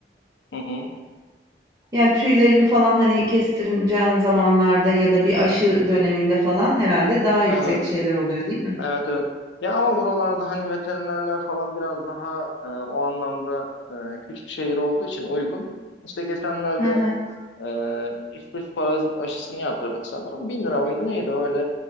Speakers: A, on the left; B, on the right.
A: Hı hı.
B: Yani tüylerini falan hani kestireceğin zamanlarda ya da bir aşı döneminde falan herhalde daha yüksek
A: Evet.
B: şeyler oluyor değil mi?
A: Evet evet. Ya ama buralarda hani veterinerler falan biraz daha e, o anlamda e, küçük şehir olduğu için uygun. İşte geçenlerde
B: Hı hı.
A: Ee, üst üste parazit aşısını yaptırdık sanırım. Bin lira mıydı neydi öyle